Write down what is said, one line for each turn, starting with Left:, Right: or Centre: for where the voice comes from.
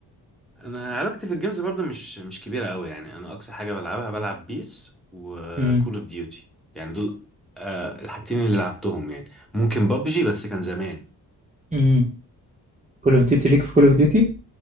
Centre: انا علاقتي في الجيمز برضو مش مش كبيره قوي يعني انا اقصى حاجه بلعبها بلعب بيس وكول
Right: امم
Centre: اوف ديوتي يعني دول آه الحاجتين اللي لعبتهم يعني ممكن بابجي بس كان زمان
Right: امم كول اوف ديوتي ليك في كول اوف ديوتي